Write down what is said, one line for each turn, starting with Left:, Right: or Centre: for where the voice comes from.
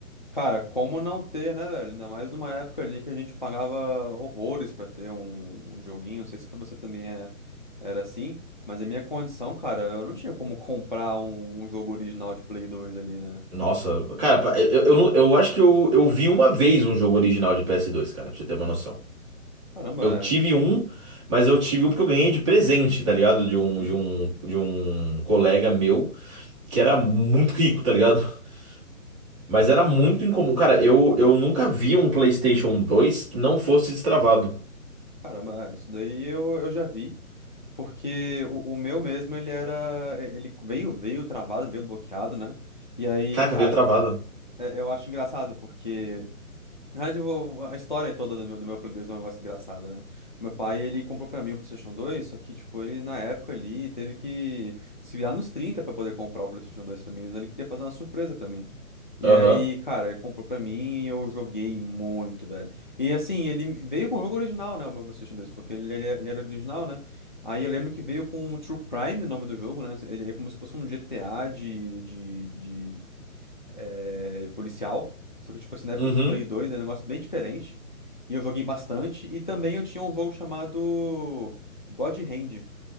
Left: Cara, como não ter, né, velho? Ainda mais numa época ali que a gente pagava horrores pra ter um, um joguinho. Não sei se pra você também é, era assim, mas a minha condição, cara, eu não tinha como comprar um, um jogo original de Play 2 ali, né?
Right: Nossa, cara, eu, eu, não- eu acho que eu, eu vi uma vez um jogo original de ps dois, cara, pra você ter uma noção.
Left: Caramba,
Right: Eu tive
Left: é.
Right: um, mas eu tive um porque eu ganhei de presente, tá ligado? De um,
Left: Uhum.
Right: de um, de um colega meu que era muito rico, tá ligado? <laughs> Mas era muito incomum. Cara, eu, eu nunca vi um PlayStation 2 que não fosse destravado.
Left: Caramba, é. Isso daí eu, eu já vi. Porque o, o meu mesmo, ele era. Ele veio, veio travado, veio bloqueado, né? E aí,
Right: Caraca,
Left: cara.
Right: veio travada.
Left: É, Eu acho engraçado porque, na verdade, eu vou- a história toda do meu, do meu Play 2 é um negócio engraçado, né? O meu pai, ele comprou pra mim o PlayStation 2, só que, tipo, ele, na época ali, teve que se virar nos 30 pra poder comprar o PlayStation 2 pra mim, mas ele queria fazer uma surpresa pra mim. E
Right: Aham.
Left: aí, cara, ele comprou pra mim e eu joguei muito, velho. E assim, ele veio com o jogo original, né? O meu PlayStation 2, porque ele, ele ele era original, né? Aí eu lembro que veio com o True Crime, o nome do jogo, né? Ele é como se fosse um GTA de, de, de é, policial. Só que, tipo assim, na época
Right: Uhum.
Left: do Play 2 era um negócio bem diferente. E eu joguei bastante. E também eu tinha um jogo chamado God Hand.